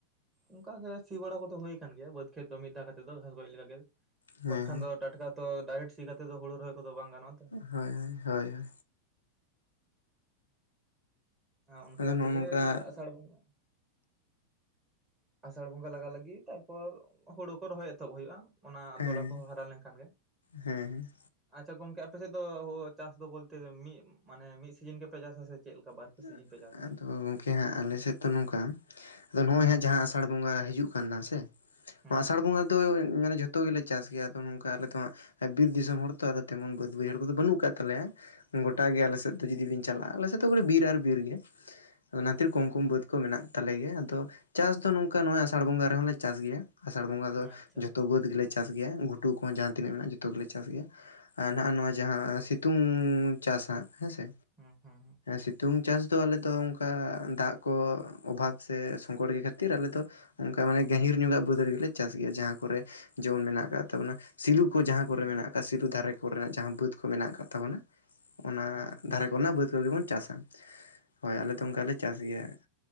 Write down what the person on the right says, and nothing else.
ᱚᱝᱠᱟᱜᱮ ᱥᱤ ᱵᱟᱲᱟ ᱠᱚᱫᱚ ᱦᱩᱭ ᱟᱠᱟᱱ ᱜᱮᱭᱟ ᱵᱟᱹᱫᱽ ᱠᱷᱮᱛ ᱫᱚ ᱢᱤᱫ ᱫᱷᱟᱣ ᱠᱟᱛᱮᱫ ᱫᱚ ᱜᱷᱟᱥ ᱜᱚᱡ ᱞᱮᱠᱟ ᱜᱮ
ᱵᱟᱝᱠᱷᱟᱱ ᱫᱚ ᱴᱟᱴᱠᱟ ᱛᱚ ᱰᱟᱭᱨᱮᱠᱴ ᱥᱤ ᱠᱟᱛᱮᱫ ᱫᱚ ᱦᱚᱲᱳ ᱨᱚᱦᱚᱭᱠᱚᱫᱚ ᱵᱟᱝ ᱜᱟᱱᱚᱜ ᱛᱚ
ᱚᱱᱠᱟ
ᱛᱮᱜᱮ
ᱟᱥᱟᱲ ᱵᱚᱸᱜᱟ ᱟᱥᱟᱲ ᱵᱚᱸᱜᱟ ᱞᱟᱜᱟ ᱞᱟᱹᱜᱤᱫ ᱛᱟᱨᱯᱚᱨ ᱦᱩᱲᱩ ᱠᱚ ᱨᱚᱦᱚᱭ ᱮᱛᱚᱦᱚᱵ ᱦᱩᱭᱩᱜᱼᱟ᱾ ᱚᱱᱟ
ᱛᱚᱞᱟ ᱠᱚ ᱦᱟᱨᱟ ᱞᱮᱱᱠᱷᱟᱱ ᱜᱮ᱾
ᱟᱪᱪᱷᱟ ᱜᱚᱝᱠᱮ ᱟᱯᱮᱥᱮᱫ ᱫᱚ-ᱚ ᱪᱟᱥ ᱫᱚ ᱵᱚᱞᱛᱮ ᱢᱤᱫ ᱢᱟᱱᱮ ᱢᱤᱫ ᱥᱤᱡᱤᱱ ᱜᱮᱯᱮ ᱪᱟᱥᱟ ᱟᱥᱮ ᱥᱮ ᱪᱮᱫ ᱞᱮᱠᱟ ᱵᱟᱨ
ᱯᱮ ᱥᱤᱡᱤᱱ ᱯᱮ ᱪᱟᱥ ᱜᱮᱭᱟ
ᱦᱩᱸ
ᱦᱩᱸ
ᱟᱪᱪᱷᱟ
ᱟᱪᱪᱷᱟ
ᱟᱪᱪᱷᱟ
ᱟᱪᱪᱷᱟ
ᱟᱪᱪᱷᱟ
ᱦᱮᱸ ᱦᱮᱸ ᱦᱮᱸ
ᱦᱩᱸ
ᱟᱪᱪᱷᱟ
ᱟᱪᱪᱷᱟ